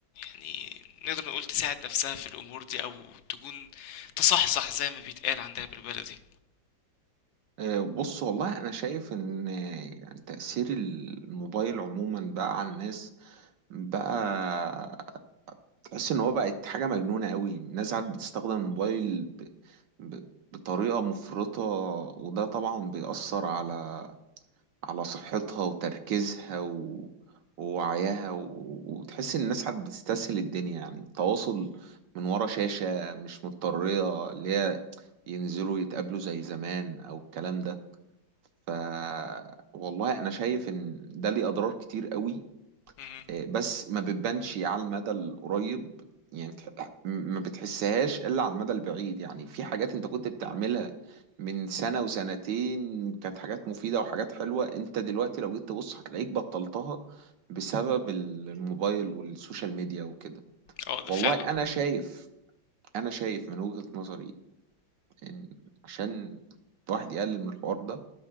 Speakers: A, on the left; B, on the right.
A: يعني نقدر نقول تساعد نفسها في الأمور دي أو تكون تصحصح زي ما بيتقال عندها بالبلدي
B: آه، بص والله انا شايف ان آه، يعني تأثير الموبايل عموما بقى على الناس بقى تحس ان هو بقت حاجة مجنونة قوي الناس عاد بتستخدم الموبايل ب... ب... بطريقة مفرطة وده طبعا بيأثر على على صحتها وتركيزها و... ووعيها و... وتحس ان الناس عاد بتستسهل الدنيا يعني التواصل من ورا شاشة مش مضطرية اللي هي ينزلوا يتقابلوا زي زمان او الكلام ده ف والله انا شايف ان ده ليه اضرار كتير قوي
A: مهم.
B: آه، بس ما بتبانش على المدى القريب يعني تح- م- ما بتحسهاش الا على المدى البعيد يعني في حاجات انت كنت بتعملها من سنة وسنتين كانت حاجات مفيدة وحاجات حلوة انت دلوقتي لو جيت تبص هتلاقيك بطلتها بسبب الموبايل والسوشيال ميديا وكده
A: اه ده
B: والله
A: فعلا
B: انا شايف انا شايف من وجهة نظري إن- عشان الواحد يقلل من الحوار ده